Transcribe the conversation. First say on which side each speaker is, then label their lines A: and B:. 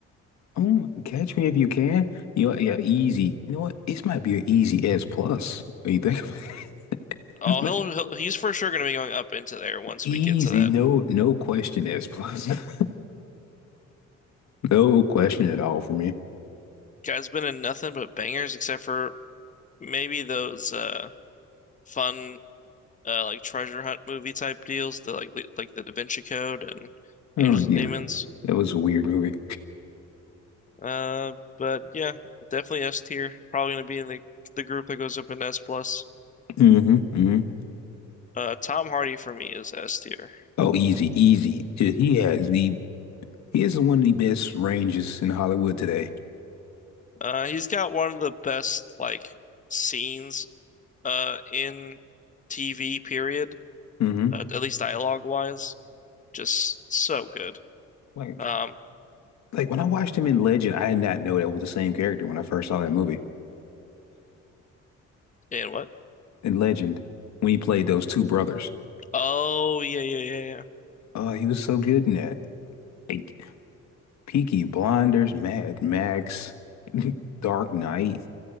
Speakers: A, on the left; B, on the left.
A: Oh, my- Catch Me If You Can. You know, yeah, easy. You know what? This might be an easy S plus. When you think about it, <laughs>
B: Oh,
A: this might
B: he'll,
A: be
B: he'll he's for sure going to be going up into there once
A: easy.
B: we get to that.
A: No, no question S plus. <laughs> No question at all for me.
B: Guy's been in nothing but bangers except for maybe those uh fun uh like treasure hunt movie type deals, the like li- like the Da Vinci Code and
A: Oh
B: Angels
A: yeah,
B: and Demons.
A: that was a weird movie.
B: Uh, but yeah, definitely S tier. Probably going to be in the the group that goes up in S plus.
A: hmm
B: Uh, Tom Hardy for me is S tier.
A: Oh, easy, easy. Yeah, He has the he is one of the best ranges in Hollywood today.
B: Uh, he's got one of the best like scenes uh in TV period,
A: hmm
B: uh, at least dialogue wise. Just so good.
A: Like,
B: Um,
A: like when I watched him in Legend, I did not know that was the same character when I first saw that movie.
B: and what?
A: In Legend, when he played those two brothers,
B: Oh, yeah, yeah, yeah, yeah.
A: oh, he was so good in that. Like Peaky Blinders, Mad Max, <laughs> Dark Knight.